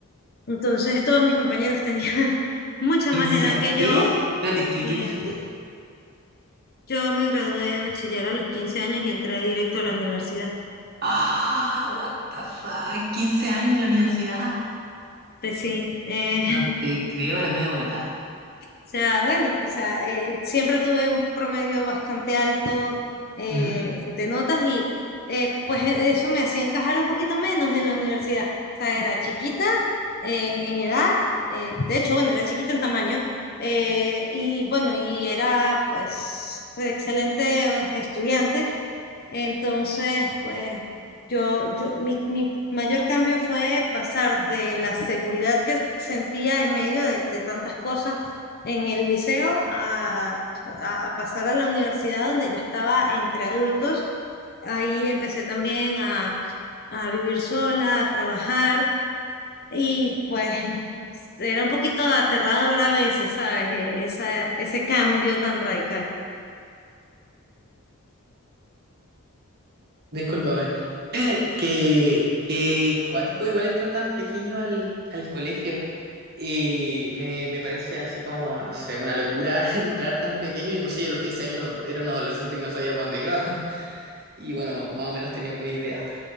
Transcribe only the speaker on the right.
¿Quince
años.
¿Qué? Espérate, ¿qué,
qué dijiste?
Ah, what the fuck. 15 años en la universidad.
No te
creo la media volada.
Ujú.
Discúlpame. <clears throat> Que, que cuático igual entra tan pequeño al, al colegio. Y me, me parece así como, no sé, una locura <laughs> entrar tan pequeño. Yo no sé, yo a los 15 años no- era un adolescente que no sabía para dónde iba. <laughs> Y bueno, más o menos tenía como una idea.